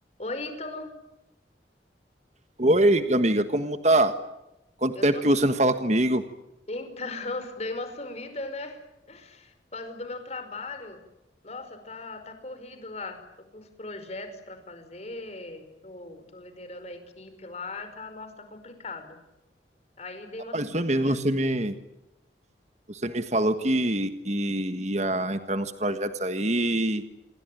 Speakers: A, on the left (about 35°); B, on the right (about 40°).
A: Oi, Ítalo.
B: Oi, amiga, como tá? Quanto
A: Eu
B: tempo
A: tô.
B: que você não fala comigo?
A: Então, <laughs> dei uma sumida, né? Por causa do meu trabalho. Nossa, tá, tá corrido lá. Tô com uns projetos pra fazer. Tô, tô liderando a equipe lá. Tá, nossa, tá complicado. Aí dei
B: Rapaz,
A: uma sumida
B: foi mesmo,
A: mesmo.
B: você me, você me falou que, que ia entrar nos projetos aí